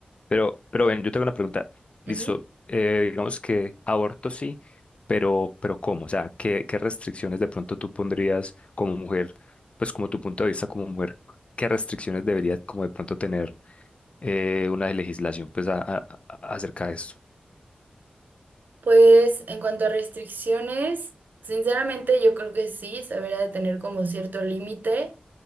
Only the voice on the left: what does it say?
Pero, pero ven, yo tengo una pregunta. Listo,
eh, digamos que aborto sí, pero, pero ¿cómo? O sea, ¿qué, qué restricciones de pronto tú pondrías como mujer, pues como tu punto de vista como mujer, qué restricciones debería como de pronto tener eh, una legislación pues a- a- a- acerca de esto?